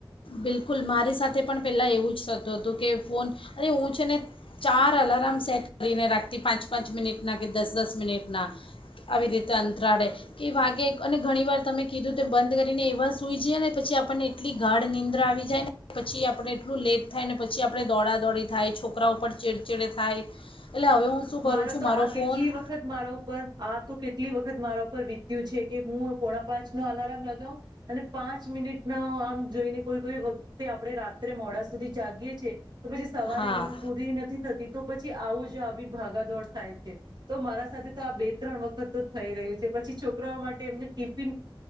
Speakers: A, on the left; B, on the right.
A: બિલકુલ મારી સાથે પણ પહેલાં એવું જ થતું હતું કે ફોન, અને હું છે ને ચાર અલાર્મ સેટ કરીને રાખતી પાંચ પાંચ મિનિટના કે દસ દસ મિનિટ ના, આવી રીતે અત્રારડે કે વાગે અને ઘણી વાર તમે કીધું તે બંધ કરીને એવા સૂઈ જે ને પછી આપણને એટલી ગાઢ નીંદ્ર આવી જાય ને પછી આપણને એટલું લેટ થાય ને પછી આપડે દોડા દોડી થાય છોકરા ઉપર ચીડચીડ થાય. હવે હું શું કરું
B: મારો
A: છું
B: તો આ
A: ફોન
B: કેટલી વખત મારા ઉપર આ તો કેટલી વખત મારા ઉપર વિત છે કે હું પોણા પાંચ નો અલાર્મ લગાવ, અને પાંચ મિનિટ ન આમ જોઈને કોઈ કોઈ વખતે આપણે રાત્રે મોડા સુધી જાગીએ છે. તો પછી સવારે
A: હા
B: નીદ પૂરી નથી થતી તો પછી આવું જ આવી ભાગાદોડ થાય છે, તો મારા સાથે તો આ બે ત્રણ વખત તો થઈ રહ્યું છે પછી છોકરાઓ માટે એમને ટિફિન,